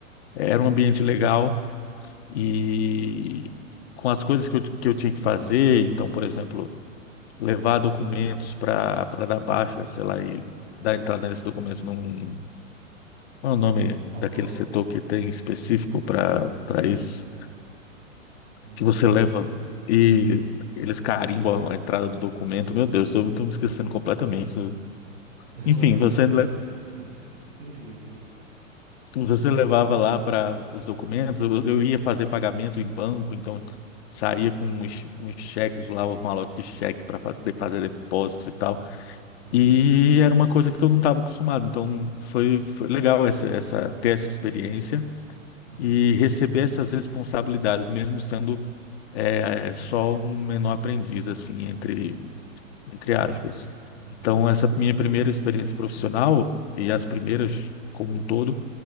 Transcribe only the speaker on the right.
uhum,
entendi.
Cartório.
Ah, não.
Não.
<laughs>
O RH.
É.
Sim, sim. Entendi, eu entendi.
Entendi.
Uhum,
uhum.